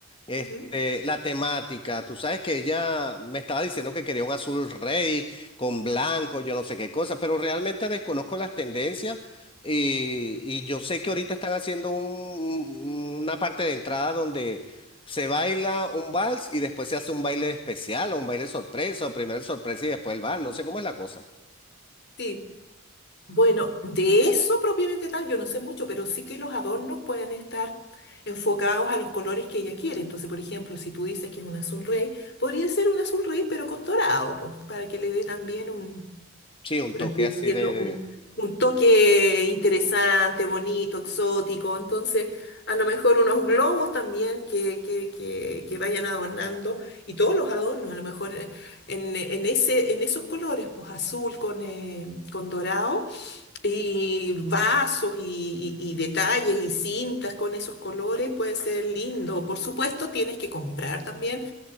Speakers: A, on the left (about 25°); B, on the left (about 55°).
A: Este,
B: Ujú,
A: la temática, tú sabes que ella me estaba diciendo que quería un azul rey con blanco, yo no sé qué cosa, pero realmente desconozco las tendencias y, y yo sé que ahorita están haciendo un- una parte de entrada donde se baila un vals y después se hace un baile especial o un baile sorpresa, o primero el sorpresa y después el vals, no sé cómo es la cosa.
B: Sí. Bueno, de eso propiamente tal, yo no sé mucho, pero sí que los adornos pueden estar enfocados a los colores que ella quiere. Entonces, por ejemplo, si tú dices que es un azul rey, podría ser un azul rey, pero con dorado, pues, para que le dé también un...
A: Sí, un
B: por
A: toque
B: así decirlo,
A: así de... de-
B: un, un toque interesante, bonito, exótico. Entonces, a lo mejor unos globos también que, que, que, que vayan adornando y todos los adornos, a lo mejor eh, en, en ese, en esos colores, pues azul con, eh, con dorado y vasos y, y- y detalles y cintas con esos colores puede ser lindo. Por supuesto, tienes que comprar también